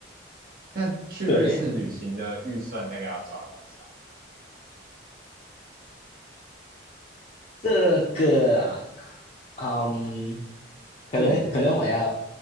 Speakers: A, on the right; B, on the left.
A: 那去瑞士旅行的预算大概要抓多少？
B: 对，这个啊，嗯，可能可能我要
A: 对你来说，